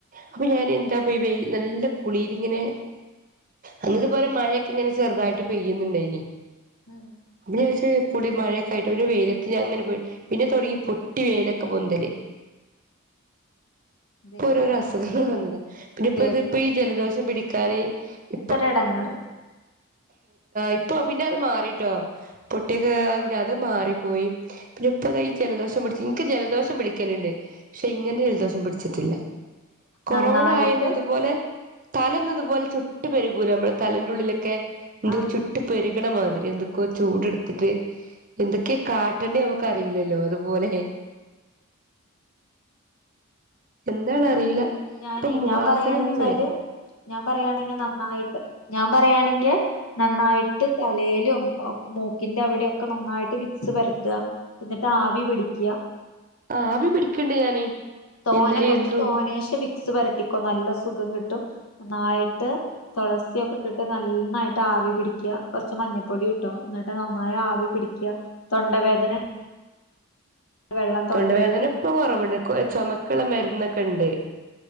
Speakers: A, on the right; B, on the left.
A: അപ്പോ ഞാൻ എ എത്താപ്പോ ഈ വെയിൽ നല്ല കുളിരിങ്ങനെ അന്നതുപോലെ മഴയൊക്കെ ഇങ്ങനെ ചെറുതായിട്ട് പെയ്യുന്നുണ്ടാനി.
B: ഉം
A: പിന്നെ ഞാൻ വിചാരിച്ച് കുളി മഴൊക്കെ ആയിട്ട് പിന്നെ വെയിലത്ത് ഞാൻ അങ്ങനെ പോയി. പിന്നെ തൊടങ്ങി പൊട്ടി മേലക്കെ പൊന്തല്. ഇപ്പ
B: ദൈവമേ
A: ഓരോരോ അസുഖങ്ങൾ വന്നതാ പിന്നെ ഇപ്പ
B: കേ
A: ഇതിപ്പോ ഈ ജലദോഷം പിടിക്കാന് ഇപ്പോ
B: എടങ്ങാറ്.
A: ഇപ്പോ പിന്നെ അത് മാറിട്ടോ പൊട്ടിക്കെ പിന്നെ അത് മാറിപ്പോയി. പിന്നെ ഇപ്പോ കൈ ജലദോഷം പിടിച്ച് ഇൻക്ക് ജലദോഷം പിടിക്കലുണ്ട്. ക്ഷെ ഇങ്ങനൊരു ജലദോഷം പിടിച്ചിട്ടില്ല കൊറോണ
B: നന്നായിട്ട്
A: ആയന്നതുപോലെ തലന്നതുപോലെ ചുട്ട് പെരുകൂല നമ്മള് തലന്റെ ഉള്ളിലൊക്കെ എന്തൊ
B: ആഹ്
A: ചുട്ട് പെരുകണ മാതിരി എന്തൊക്കെ ചൂട് എടുത്തിട്ട് എന്തൊക്കെ കാട്ടേണ്ടി നമുക്ക് അറിയില്ലല്ലോ അതുപോലെ എന്താന്ന്
B: ഞാൻ
A: അറിയില്ല
B: ഞാനേ
A: ഇപ്പോ മു
B: ഞാൻ
A: വാസനൊന്നും
B: പറയാണ്ച്ചാല്
A: വരു
B: ഞാൻ പറയാണെങ്കിൽ നന്നായിട്ട് ഞാൻ പറയാണെങ്കിൽ നന്നായിട്ട് തലേലും ഒ മൂക്കിന്റെ അവിടെയൊക്കെ നന്നായിട്ട് വിക്സ് പരത്തുക, എന്നിട്ട് ആവി പിടിക്കുക.
A: ആവി പിടിക്കിണ്ട് ഞാന്.
B: തോനെ
A: ഇന്നലെ
B: കൊറച്ച്
A: ഇന്നും
B: തോനശെ വിക്സ് പെരട്ടിക്കോ നല്ല സുഖം കിട്ടും നന്നായിട്ട് തുളസിയൊക്കെ ഇട്ടിട്ട് നന്നായിട്ട് ആവി പിടിക്കുക, കുറച്ച് മഞ്ഞപ്പൊടി ഇട്ടോ, എന്നിട്ട് നന്നായി ആവി പിടിക്കുക, തൊണ്ടവേദന വെള്ളം
A: തൊണ്ട
B: തൊണ്ടേൽ
A: വേദന ഇപ്പോ കുറവുണ്ട്,
B: പിടിക്കുക
A: ചുമക്കുള്ള മരുന്നൊക്കെ ഉണ്ട്.